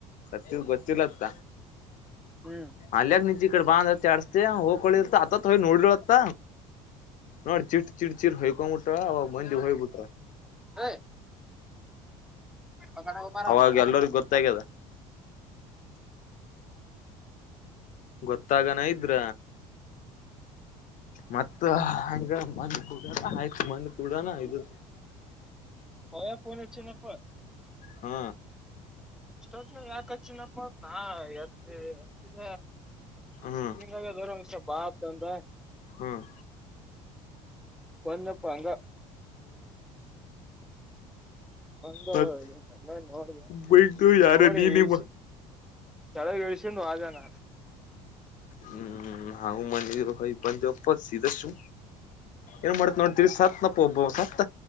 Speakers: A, on the left; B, in the centre.
A: ಸತ್ತಿದ ಗೊತ್ತಿಲ್ಲತ್ತ
B: ಹ್ಮ್
A: ಅಲ್ಯಗ್ ನಿಜ ಈ ಕಡೆ ಬಾಂದತ್ತ ಾಸ್ತ ಹೋಗ್ಕಳಿರ್ತ ಆತತ್ ಹಯ್ ನೋಡತ್ತ ನೋಡಿ ಚಿಟ್ ಚಿಟ್ ಚಿರ್ ಹಯ್ಕೊಂಡ್ಬಿಟ್ರ ಅವ ಮಂದಿ ಹೋಗಬಿಟ್ರ
B: ಹಾ ಬರಾವ ಹ್ಮ್
A: ಅವಾಗ ಎಲ್ಲರಿಗ ಗೊತ್ತಾಗ್ಯದ ಗೊತ್ತಾಗನ ಇದ್ರ ಮತ್ತ ಹಂಗ ಮಂದ ಕೂಡ ಆಯ್ತು ಮಂದ ಕೂಡೋಣ ಇದು
B: ಪಯಾ ಪೋನ್ಚ್ಚನಪ್ಪ
A: ಹ್ಮ
B: ಇಷ್ಟೋತ್ ಯಾಕ ಹಚ್ಚಿನಪ್ಪತ್ನಾ ಎತ್ತ
A: ಹ್ಮ
B: ನಿಾಗ ಬರ ಮಷ್ಟ ಬಾ ಆತ ಅಂದ್ರ
A: ಹ್ಮ್
B: ಪ ನ ಪಂಗ ಒಂದನ್ನ
A: ಮತ್
B: ನೋಡ
A: ಬೈಕ್ ಯಾರ
B: ನೋಡಿ
A: ನೀನಿವ
B: ಇಳ್ಸ ಕೆಳ ಎಳ್ಸೊಂಡು ಆಗಾನ
A: ಹ್ಮ್ ಹಾ ಮನಿ ಭ ಬಂದುಪ್ಪ ಸಧು ಏನ್ ಮಾಡತ್ ನೋಡ್ತೀರಿ ಸತ್ನಪ್ಪ ಒಬ್ಬ ಸತ್ತ